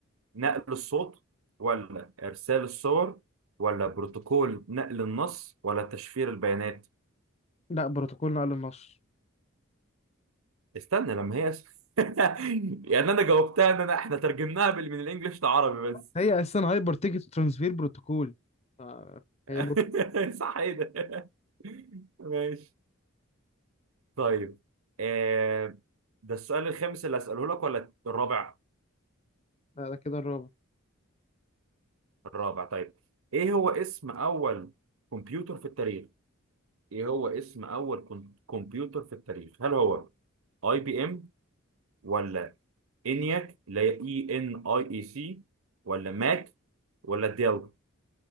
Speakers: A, on the right; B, on the left.
A: نقل الصوت ولا ارسال الصور ولا بروتوكول نقل النص ولا تشفير البيانات
B: لا بروتوكول نقل النص
A: استنى لما هي <laughs> يعني انا جاوبتها ان انا احنا ترجمناها بال- من الانجليش لعربي بس
B: هي اساسا هايبر تيكت ترانسفير بروتوكول آه
A: <laughs>
B: هي بروتوكول
A: صح ايه ده <laughs> ماشي طيب آه ده السؤال الخامس اللي هسأله لك ولا الرابع؟
B: لا ده كده الرابع
A: الرابع طيب ايه هو اسم اول كمبيوتر في التاريخ؟ ايه هو اسم اول كم- كمبيوتر في التاريخ؟ هل هو اي بي ام ولا انياك اللي هي اي ان اي اي سي ولا ماك ولا ديل؟